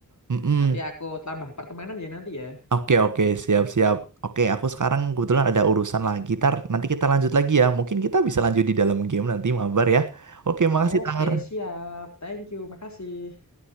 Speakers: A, on the right; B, on the left.
A: Mm-mm.
B: Nanti aku tambah pertemanan ya nanti ya.
A: Oke oke siap siap. Oke aku sekarang kebetulan ada urusan lah gitar. Nanti kita lanjut lagi ya. Mungkin kita bisa lanjut di dalam game nanti mabar ya. Oke makasih
B: Oke
A: Tar.
B: siap. Thank you. Makasih.